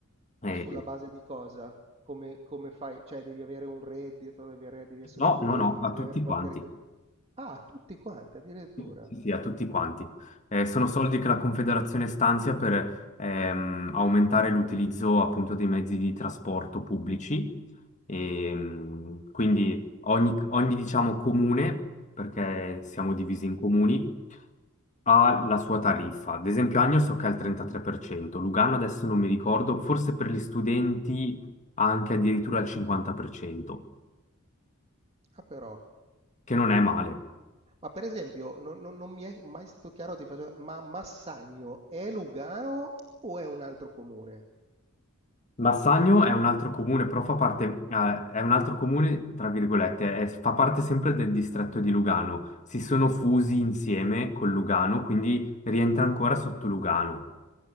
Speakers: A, on the left; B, on the right.
A: eh,
B: Ma sulla base di cosa? Come, come fai? Cioè devi avere un reddito, devi, avere- devi essere
A: no,
B: studente,
A: no, no, a
B: devi
A: tutti
B: avere qualche...
A: quanti.
B: requi- Ah, tutti quanti addirittura.
A: Sì, sì, sì, a tutti quanti. Eh, sono soldi che la Confederazione stanzia per ehm, aumentare l'utilizzo appunto dei mezzi di trasporto pubblici. E, mh, quindi ogni, ogni, diciamo, comune, perché siamo divisi in comuni, ha la sua tariffa. Ad esempio, Agno so che è al 33%, Lugano adesso non mi ricordo, forse per gli studenti anche addirittura al 50%,
B: Ah, però.
A: che non è male.
B: Ma per esempio, non, non- non mi è mai stato chiaro, ti faccio, ma Massagno è Lugano o è un altro comune?
A: Massagno è un altro comune, però fa parte, eh, è un altro comune, tra virgolette, è- fa parte sempre del distretto di Lugano. Si sono fusi insieme con Lugano, quindi rientra ancora sotto Lugano.